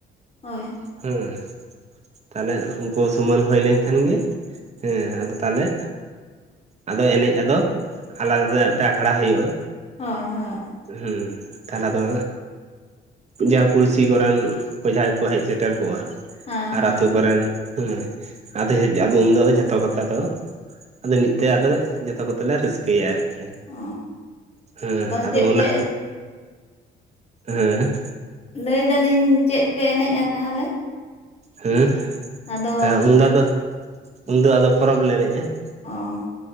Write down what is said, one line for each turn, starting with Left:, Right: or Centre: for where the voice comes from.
Left: ᱦᱳᱭ᱾
Right: ᱦᱮᱸ ᱾ ᱛᱟᱦᱚᱞᱮ ᱩᱱᱠᱩ ᱥᱩᱢᱟᱹᱱ ᱦᱳᱭ ᱞᱮᱱ ᱠᱷᱟᱱ ᱜᱮ ᱦᱮᱸ ᱟᱫᱚ ᱛᱟᱦᱚᱞᱮ ᱟᱫᱚ ᱮᱱᱮᱡ ᱟᱫᱚ ᱟᱞᱟᱫᱟ ᱨᱮ ᱢᱤᱫᱴᱟᱝ ᱟᱠᱷᱲᱟ ᱦᱩᱭᱩᱜᱼᱟ᱾
Left: ᱦᱳᱭ ᱦᱳᱭ ᱾
Right: ᱦᱩᱸ ᱛᱟᱦᱚᱞᱮ ᱟᱫᱚ ᱡᱟᱦᱟᱸ ᱯᱩᱲᱥᱤ ᱠᱚᱨᱮᱱ ᱠᱚ ᱡᱟᱦᱟᱸᱭ ᱠᱚ ᱦᱮᱡ ᱥᱮᱴᱮᱨ ᱠᱚᱜᱼᱟ
Left: ᱦᱮᱸ ᱦᱮᱸ
Right: ᱟᱨ ᱟᱛᱩ ᱠᱚᱨᱮᱱ ᱦᱮᱸ ᱟᱫᱚ ᱟᱫᱚ ᱩᱱ ᱫᱚ ᱡᱷᱚᱛᱚ ᱠᱚᱛᱮ ᱟᱫᱚ ᱢᱤᱫ ᱛᱮ ᱟᱫᱚ ᱡᱚᱛᱚ ᱠᱚᱛᱮ ᱞᱮ ᱨᱟᱹᱥ ᱠᱟᱹᱭᱟ ᱟᱨᱠᱤ
Left: ᱚ
Right: ᱦᱮᱸ ᱟᱫᱚ
Left: ᱪᱮᱫ
Right: ᱚᱱᱟ
Left: ᱯᱮ
Right: ᱦᱮᱸ ᱾
Left: ᱞᱟ. ᱭ ᱫᱟᱞᱤᱧ ᱪᱮᱫ ᱯᱮ ᱮᱱᱮᱡᱟ ᱛᱟᱦᱚᱞᱮ?
Right: ᱦᱮᱸ
Left: ᱟᱫᱚ
Right: ᱦᱮᱸ ᱩᱱᱫᱚ ᱟᱫᱚ ᱩᱱᱫᱚ ᱟᱫᱚ ᱯᱚᱨᱚᱵᱽ ᱞᱮ ᱮᱱᱮᱡᱼᱟ ᱾
Left: ᱚ